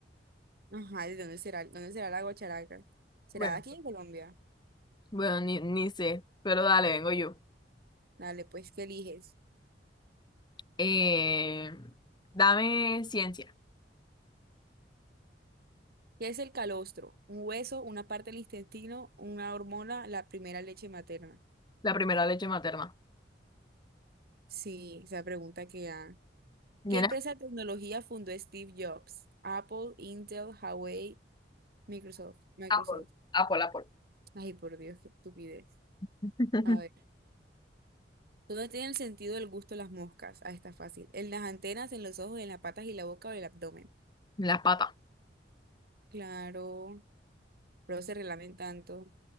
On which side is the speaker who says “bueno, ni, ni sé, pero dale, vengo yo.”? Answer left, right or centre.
Left